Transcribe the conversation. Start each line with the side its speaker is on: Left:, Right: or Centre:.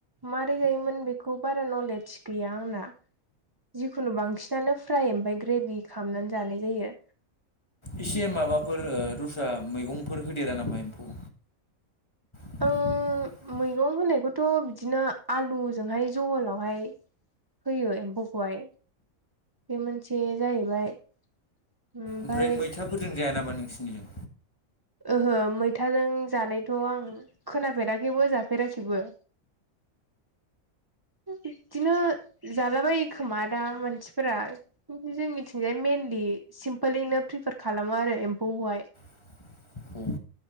Right: मारै जायोमोन बेखौ बारा नलेज गैया आंना जिखुनु बांसिनानो फ्राय ओमफफ्राय ग्रेभि खालामनानै जानाय जायो
Left: एसे माबाफोर दस्रा मैगंफोर होदेरा नामा एम्फौ <inaudible>
Right: आं मैगं होनायखौथ' बिदिनो आलुजोंहाय जहलावहाय होयो एम्फौखौहाय बे मोनसे जाहैबाय ओमफाय
Left: ओमफ्राय मैथाफोरजों जाया नामा नोंसिनिजों
Right: ओहो मैथाजों जानायथ' आं खोनाफेराखैबो जाफेराखैबो बिदिनो जालाबायो खोमा दा मानसिफोरा जोंनिथिंजाय मइेनलि सिमपोलनो प्रिफार खालामो आरो एम्फौखौहाय
Left: <inaudible>